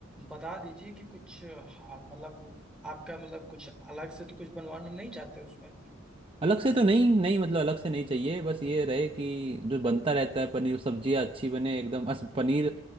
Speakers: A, in the centre; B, on the right.
A: बता दीजिए कि कुछ अ, हाँ, मतलब आपका मतलब कुछ अलग से तो कुछ बनवाना नहीं चाहते उसमें
B: अलग से तो नहीं नहीं मतलब अलग से नहीं चाहिए बस ये रहे कि जो बनता रहता है पनीर सब्जियां अच्छी बने एकदम अस पनीर